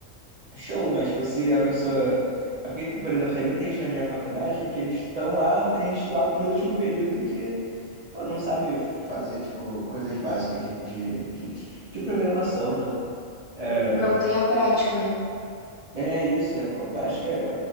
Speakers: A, on the right; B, on the left.
A: show. Mas, tipo, se a pessoa... É porque, por exemplo, tem muita gente na minha faculdade que eles estão lá, tem gente lá no último período Pô, não sabe fazer, tipo, coisas básicas de, de, de programação, né? É,
B: Não tem a prática, né?
A: é isso, é, pô, prática é